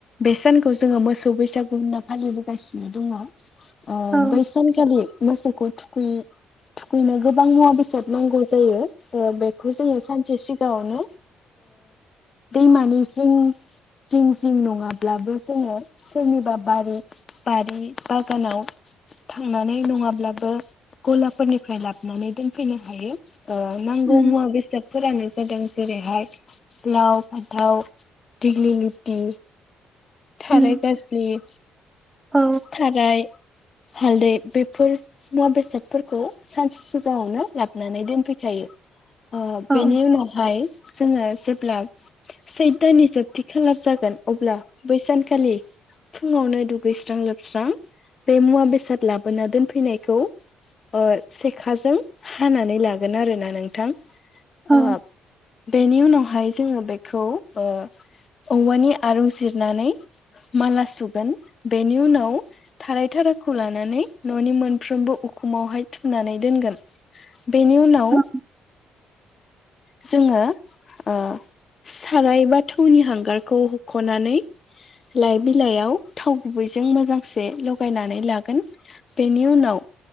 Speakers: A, on the left; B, on the right.
A: बे सानखौ जोङो मोसौ बैसागु होनना फालिबोगासिनो दङ। अ
B: औ
A: बैसानखालि मोसौखौ थुखै थुखैनो गोबां मुवा बेसाद नांगौ जायो बेखौ जोङो सानसे सिगां सिगांवावनो दैमानि जिं जिं जिं नङाब्लाबो जोङो सोरनिबा बारि बारि बागानाव थांनानै नङाब्लाबो गलाफोरनिफ्राय लाबोनानै दोनफैनो हायो ओ नांगौ
B: उम
A: मुवा बेसाद फोरानो जादों जेरैहाय लाव फानथाव दिगलि लिथि थाराय
B: उम
A: गाज्लि
B: औ
A: थाराय हालदै बेफोर मुवा बेसादफोरखौ सानसे सिगाङावनो लाबोनानै दोनफैखायो अ बेनि
B: औ
A: उनावहाय जोंङौ। जेब्ला सैथ दाननि जोबथि खाला जागोन अब्ला बैसानखालि फुङावनो दुगैस्रां लोबस्रां बे मुवा बेसाद लाबोना दोनफैनायखौ ओ सेखाजों हानानै लागोन आरोना नोंथां <unintelligible>
B: औ
A: बेनि उनाव ओमफ्राय जोङो बेखौ ओ औवानि आरुं जिरनानै माला सुगोन बेनि उनाव थाराय थाराखौ लानानै ननि मोनफ्रोमबो उखुमावहाय थुनानै दोनगोन बेनि उनाव
B: उम
A: जोङो ओ साराय बा थौनि हांगारखौ हखनानै लाइ बिलाइयाव थाव गुबैजों मोजांसे लगायनानै लागोन बेनि उनाव